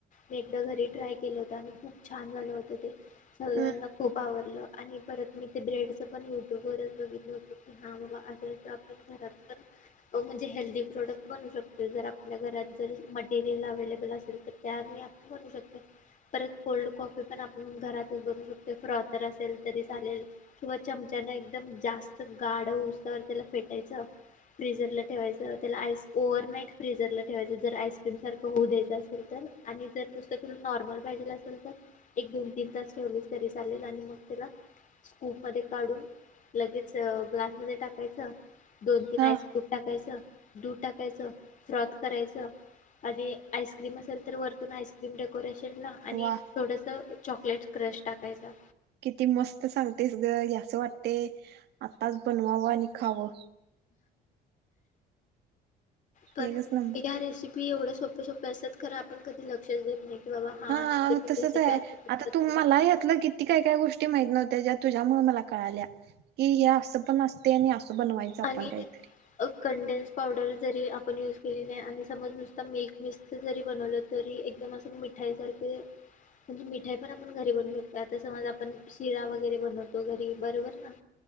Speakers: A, on the left; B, on the right.
A: मी एकदा घरी ट्राय केलं होत आणि खूप छान झालं होत ते सगळ्यांना
B: हम्म
A: खूप आवडलं आणि परत मी ते ब्रेड ते पण यूट्यूब वरच बघितलं होत की हा बाबा असेच आपण घरात पण अ म्हणजे हेल्दी प्रोडक्ट बनवू शकतो जर आपल्या घरात जर मटेरियल अवेलेबल असेल तर त्याने आ बनवू शकते. परत कोल्ड कॉफी पण आपण घरातच बनवू शकतो फ्रॉथर असेल तरी चालेल. किंवा चमचान एकदम जास्त गाढ उसार त्याल फेटायचं. फ्रीझरला ठेवायचं त्याला आईस ओव्हरनाईट, फ्रीझरला ठेवायचं जर आईस्क्रीम सारखं होऊ द्यायचं असेल तर आणि जर नुसतं तुला नॉर्मल पाहिजेल असेल तर? एक दोन तीन तास ठेवलीच तरी चालेल आणि मग त्याला कूप मध्ये काढून लगेच ग्लासमध्ये टाकायचं दोन तीन
B: हा
A: आईस तूप टाकायचं दूध टाकायचं फ्रॉथ करायचं आणि आइस्क्रीम असेल तर वरतून आईस्क्रीम डेकोरेशन ला आणि
B: वा
A: थोडस चॉकलेट क्रश टाकायचा
B: किती मस्त सांगतेस ग असं वाटते आताच बनवावं आणि खावं.
A: पण
B: एकच नंबर
A: या रेसिपी पी एवढं सोपे सोपे असत्यात खरं आपण कधी लक्षच देत नाही. की बाबा
B: हा
A: आते पण
B: तसच
A: रेसिपी
B: आहे
A: असू शकतात
B: आता तु
A: म्हणून.
B: मला ह्यातलं की ती काय काय गोष्टी माहित नव्हत्या ज्या तुझ्यामुळे मला कळाल्या की हे असं पण अस ते नाही असं बनवायचं आपण
A: आणि
B: काहीतरी
A: कंडेन्स पावडर जरी आपण यूज केलेली नाही आणि समज नुसत मिल्क मिक्स जरी बनवलं जरी एकदम अस मिठाईसारख म्हणजे मिठाई पण आपण घरी बनवू शकतो. आता समज आपण शिरा वगैरे बनवतो घरी बरोबर ना